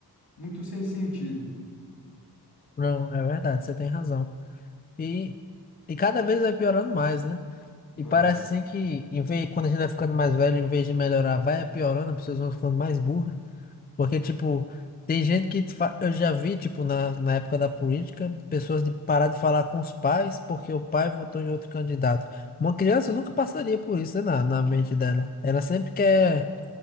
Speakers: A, on the left; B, on the left.
A: muito sem sentido.
B: Não, é verdade, você tem razão. E, e cada vez vai piorando mais, né?
A: Vai.
B: E parece assim que em vez, quando a gente vai ficando mais velho, em vez de melhorar, vai piorando, as pessoas vão ficando mais burras. Porque, tipo, tem gente que fa- eu já vi, tipo, na, na época da política, pessoas de parar de falar com os pais porque o pai votou em outro candidato. Uma criança nunca passaria por isso, né, na, na mente dela. Ela sempre quer,